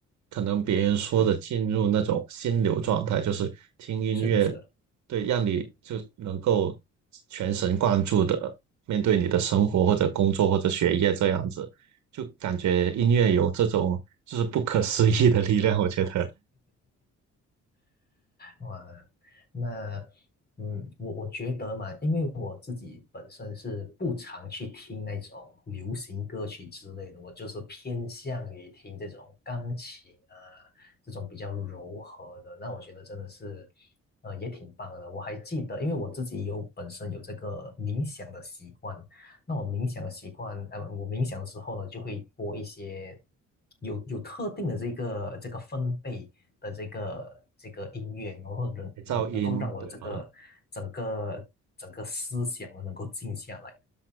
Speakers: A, on the right; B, on the left.
A: 可能别人说的进入那种心流状态，就是听音乐，
B: 是的，是的。
A: 对，让你就能够全神贯注的面对你的生活或者工作或者学业这样子，就感觉音乐有这种就是不可思议的力量，我觉得
B: 哇，那嗯，我我觉得嘛，因为我自己本身是不常去听那种流行歌曲之类的，我就是偏向于听这种钢琴啊，这种比较柔和的。那我觉得真的是，呃，也挺棒的。我还记得，因为我自己有本身有这个冥想的习惯，那我冥想的习惯，呃，我冥想的时候呢，就会播一些有有特定的这个这个分贝。的这个这个音乐，然后能能能够让我的这个整个整个思想呢能够静下来。
A: <laughs> 噪音，对吗？